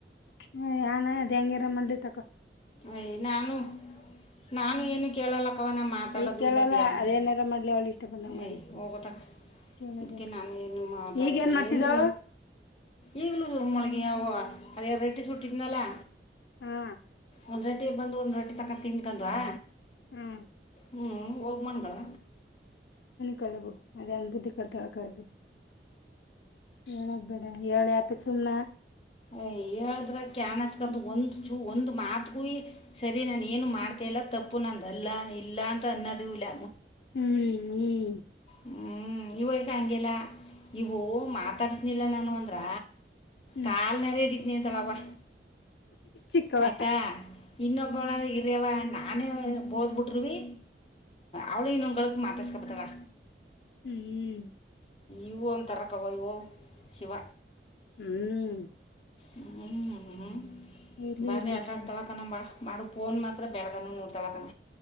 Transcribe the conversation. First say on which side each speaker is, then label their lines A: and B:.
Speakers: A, on the left (about 80°); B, on the left (about 35°).
A: ಹ ಯನ್ ಅದ ಅಂಗಿರ ಮಲಿ ತಕ
B: ಯ ನಾನು ನಾನು ಏನು ಕೇಳಲಕ್ಕವ ನಾ ಮಾತಾಡೋದು
A: ಈಗ ಕೇಳಲ್ಲ
B: ಇಲ್ಲದ ಯಾತಿಗೆ
A: ಅದೇನಾರ ಮಾಡ್ಲಿ ಅವಳ ಇಷ್ಟ ಬಂದಂಗ
B: ಯ
A: ಮಾಡ್ಲಿ
B: ಹೋಗದ
A: ಕೇಳಬೇಕ
B: ಅದಕ್ಕೆ ನಾನು ಏನು ಮಾತಾಡ
A: ಈಗ ಏನ್ ಮಾಡ್ತಿದಾಳು
B: ಏನು ಈಗಲೂ ದುರ್ಮೊಳಗ ಯಾವ ಅದ ರಟಿ ಸೂಟ್ಟಿನಲ್ಲಾ
A: ಹಾ
B: ಒಂದು ರೊಟ್ಟಿಗೆ ಬಂದು ಒಂದು ರೊಟ್ಟಿ ತಕ್ಕೊಂಡು ತಿನಡ್ವಾ
A: ಹ್ಮ್
B: ಹ್ಞೂ ಹೋಗಿ ಮಣ್ಗಳಳ
A: ಕಬುದು ಅದೇ ಅನ್ಬುದ್ಧಿ ಕಲ್ತಳ ಕಳ್ರರಿ ಏನಗ್ಬೇಡ ಏಳ್ ಯತಕ್ ಸುಮ್ನೆ
B: ಅಯ ಹೇಳದ್ರ ಕಾಣ ಹತ್ಕಂತ ಒಂದ ಒಂದು ಮಾತಗೂ ಸರಿ ನಾನ ಏನು ಮಾಡ್ತ ಇಲ್ಲ ತಪ್ಪು ನ ಅಲ್ಲ ಇಲ್ಲ ಅಂತ ಅನ್ನೋದು ಇಲ್ಲ
A: ಹ್ಮ್ ಹ್ಮ್
B: ಹ್ಮ್ ಇವ ಈಗ ಹಂಗಿಲ್ಲ ಇವು ಮಾತಾಡ್ತನಿಲ್ಲ ನಾನು ಅಂದ್ರ
A: ಹ್ಮ್
B: ಕಾಲ್ ನರ ಇಡಿ ಇ ಇತಲವಾ
A: ಚಿಕ್ಕವ
B: ಆಯ್ತಾ ಇನ್ನೊಬ್ಬಳ ಇರ್ಯವ ನಾನೇ
A: ಹ್ಮ್
B: ಓದ್ಬಿಟ್ರುವಿ ಅವ್ಳ ಇನ್ನೊ ಮಾತಾಸ್ಪತಳ
A: ಹ್ಮ್ ಹ್ಮ್
B: ಇವು ಅಂತರಕ್ಕವ ಇವೋ ಶಿವ
A: ಹ್ಮ್
B: ಹ
A: ಇರ್ಲಿ
B: ಬ್ರ
A: ಇರ್ಲಿ
B: ಆಟಲ
A: ಸುಮ್ನೆ
B: ಆಡ್ತಾಳ ಕ ನಂಬ ಮಾಡೋ ಫೋನ್ ಮಾತ್ರ ಬೆಳಗಾನ ನೋಡ್ತಾಳಕಣ